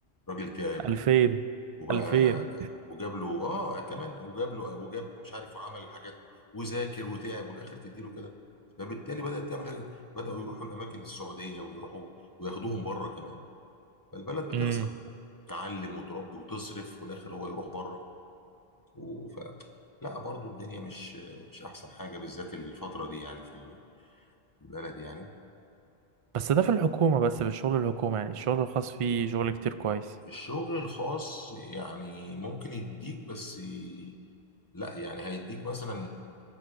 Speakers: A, on the left; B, on the right.
A: راجل تعب
B: 2000
A: و- وبقى
B: 2000
A: وجاب له اه كمان وجاب له وجاب له مش عارف وعمل حاجات وذاكر وتعب والاخر تديله كده فبالتالي بدأت تعمل حاجة بدأوا يروحوا الأماكن السعودية ويروحوا وياخدوهم بره كمان فالبلد بتخسر
B: امم
A: تعلم وتربي وتصرف والآخر هو يروح بره وف... لا برضو الدنيا مش مش أحسن حاجة بالذات الفترة دي يعني في البلد يعني
B: بس ده في الحكومة بس في الشغل الحكومي يعني الشغل الخاص فيه شغل كتير كويس
A: الشغل الخاص يعني ممكن يديك بس ي- لا يعني هيديك مثلا